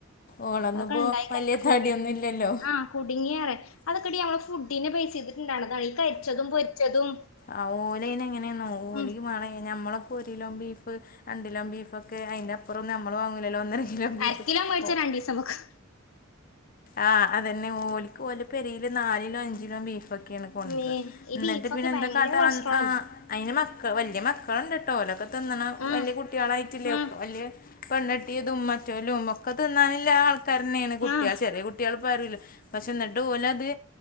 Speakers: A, on the left; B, on the left.
A: ഓളൊന്നും
B: അതൊക്കെണ്ടായി
A: ഇപ്പോൾ വലിയ
B: കഴിഞ്ഞ..
A: തടിയൊന്നും ഇല്ലല്ലോ
B: ആഹ്.. കുടുങ്ങിയറയാ.. അതൊക്കെടി നമ്മള ഫുഡിനെ ബേസ് ചെയ്തിട്ടുണ്ടാണതാണ്.. ഈ കരിച്ചതും പൊരിച്ചതും
A: ആഹ് ഓലയ്ന് എങ്ങനെയെന്നോ.. ഓല്ക്ക്
B: ഉം
A: മേണം ഞമ്മളക്കൊ ഒരിലോ ബീഫ്‌ രണ്ട് കിലോ ബീഫൊക്കെ അയിന്റെ അപ്പുറം ഒന്നും നമ്മള് വാങ്ങൂലല്ലോ ഒന്നര കിലോ ബീഫ്‌
B: അരക്കിലോ മേടിച്ചാ
A: ഓഹ്
B: രണ്ടീസം വെക്കും
A: ആഹ് അതന്നെ ഓല്ക്ക് ഓലെ പെരെല് നാലീലോ അഞ്ചിലോ ബീഫൊക്കെ ക്കെയാണ് കൊണ്ടരാ
B: മേ ഈ
A: എന്നിട്ട്
B: ബീഫൊക്കെ
A: പിന്നെ എന്താ
B: ഭയങ്കര
A: കാട്ടാ
B: കൊളസ്ട്രോൾ
A: ആഹ്
B: അല്ലേ
A: അയിന് മക്ക വല്യ മക്കളുണ്ട് കേട്ടോ.. ഓലൊക്കെ തിന്നണ
B: ആഹ്
A: വല്യ കുട്ടികളായിട്ടില്ലേ...
B: ആഹ്
A: ഒക്കെ വല്യ പെണ്ണട്ടിയതും മറ്റൊലും ഒക്കെ തിന്നാനില്ല ആൾക്കാരെന്നെയാണ് കുട്ടികൾ
B: ആഹ്
A: ചെറിയ കുട്ടികൾ <unintelligible> പക്ഷെ എന്നിട്ട് ഓല് അത്